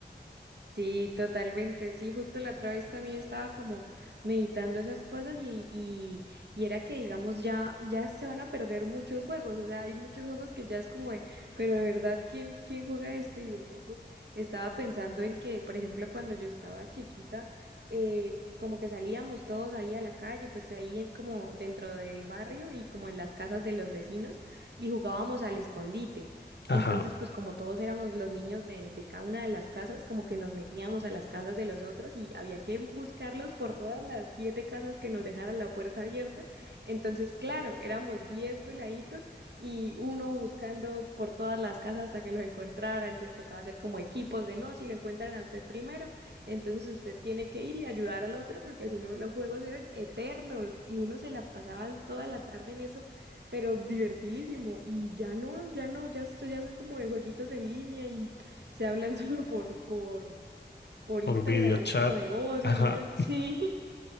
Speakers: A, on the right; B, on the left.
A: Sí, totalmente, sí, justo la otra vez también estaba como meditando esas cosas y, y, y era que digamos ya, ya se van a perder muchos juegos, o sea, hay muchos juegos que ya es como de, pero de verdad, ¿quién, quién juega esto? Y entonces estaba pensando en que, por ejemplo, cuando yo estaba chiquita, eh, como que salíamos todos ahí a la calle, pues ahí en- como dentro del barrio y como en las casas de los vecinos y jugábamos al escondite.
B: Ajá,
A: Entonces, pues como todos éramos los niños de, de cada una de las casas, como que nos metíamos a las casas de los otros y había que buscarlos por todas las siete casas que nos dejaran la puerta abierta. Entonces, claro, éramos diez veladitos y uno buscando por todas las casas hasta que los encontrara. Entonces tocaba hacer como equipos de no, si lo encuentran a usted primero, entonces usted tiene que ir y ayudar al otro porque si no los juegos eran eternos y uno se la pasaba toda la tarde en eso pero divertidísimo. Y ya no, ya no, ya, esto ya son como de jueguitos en línea y se hablan <laughs> solo por, por, por
B: por
A: Instagram,
B: videochat.
A: así como de voz
B: Ajá,
A: y yo, <laughs> sí.